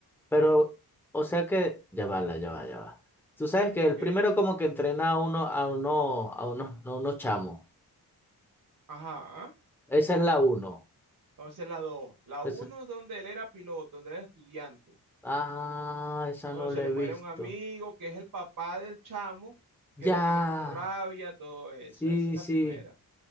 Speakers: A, in the centre; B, on the right.
A: pero, o sea que, ya va, la- ya va, ya va. Tú sabes que
B: ok.
A: el primero como que entrena a uno, a uno, a uno, a unos chamos.
B: Ajá,
A: Esa es la uno.
B: entonces la dos. La
A: Esa-
B: uno es donde él era piloto, donde él era estudiante.
A: Ah, esa
B: Bueno,
A: no
B: se
A: la
B: le
A: he
B: muere
A: visto.
B: un amigo que es el papá del chamo,
A: Ya.
B: que le tiene como rabia, todo eso.
A: Sí,
B: Esa es la
A: sí.
B: primera.